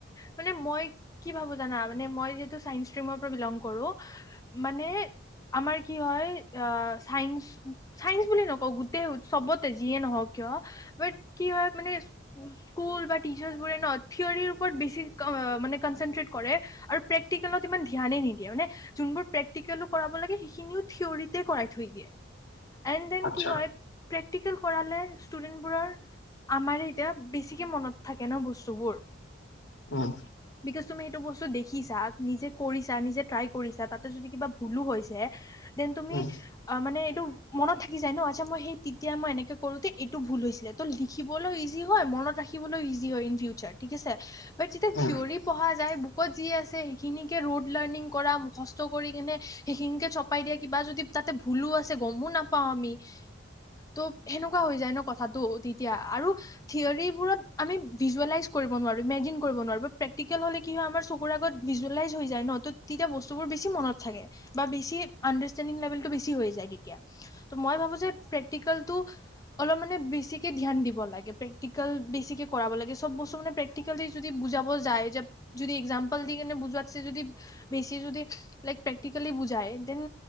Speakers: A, on the left (about 20°); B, on the left (about 85°).
A: মান মই কি ভাবো জানা মানে মই যিহেতু চাইন্স, ষ্টিমৰ পৰা বিলং কৰো। মানে আমাৰ কি হয় আ চাইন্স। চাইন্স বুলি নকওঁ গোটেই চবতে যিয়ে নহওক কিয় বাট কি হয় মানে স্কুল বা টিচাৰ্চবোৰে ন থিয়ৰীৰ ওপৰত বেছি মানে কনচেনট্ৰেট কৰে। আৰু প্ৰেক্টিকেলত ইমান ধ্যানে নিদিয়ে মানে যোনবোৰ প্ৰেক্টিকেলো কৰাব লাগে সেইখিনিও থিয়ৰিতে কৰাই থৈ দিয়ে এণ্ড দেন
B: আচ্ছা
A: কি হয়। প্ৰেক্টিকেল কৰালে ষ্টুডেন্টবোৰৰ আমাৰে ইয়াত বেছিকে মনত থাকে ন বস্তুবোৰ।
B: উম'
A: বিকজ তুমি সেইটো বস্তু দেখিছা নিজে কৰিছা নিজে ট্ৰাই কৰিছা তাত তে যদি কিবা ভুলো হৈছে দেন তুমি
B: উম,
A: আৰু মানে এইটো মনত থাকি যায় ন আচ্ছা মই সেই তেতিয়া মই এনেকে কৰোতে এইটো ভুল হৈছিলে ত' লিখিবলৈ ইজি ইজি হয় মনত ৰাখিবলৈও ইজি হয় ইন ফিউচাৰ থিক আছে বাট যেতিয়া
B: উম।
A: থিয়ৰি। পঢ়া যায় বুকত, যি আছে সেইখিনিকে ৰোড লাৰ্ণিং কৰা মুখষ্ট কৰি কেনে সেইখিনিকে চপাই দিয়া কিবা যদি তাতে ভুলো আছে গমো নাপাওঁ আমি। ত' সেনেকুৱা হৈ যায় ন কথাটো তেতিয়া আৰু থিয়ৰীবোৰত আমি ভিজুৱেলাইজ, কৰিব নোৱাৰোঁ ইমেজিন কৰিব নোৱাৰোঁ বাট প্ৰেক্টিকেল হ'লে কি হয় আমাৰ চকুৰ আগত ভিজুৱেলাইজ হৈ যায় ন ত তেতিয়া বস্তু বোৰ বেছি মনত থাকে। বা বেছি আণ্ডাৰষ্টেণ্ডিং লেভেলটো বেছি হৈ যায় তেতিয়া ত মই ভাবো যে প্ৰেক্টিকেলটো অলপ মানে বেছিকে ধ্যান দিব লাগে প্ৰেক ক্টিকেল বেছিকে কৰাব লাগে সব বস্তু মানে প্ৰেক্টিকেল দি যদি বুজাব যায় যে যদি একজাম্পল দি কেনে বুজুৱাত চে যদি বেছি যদি লাইক প্ৰেক্টিকেলি বুজাই ডেন।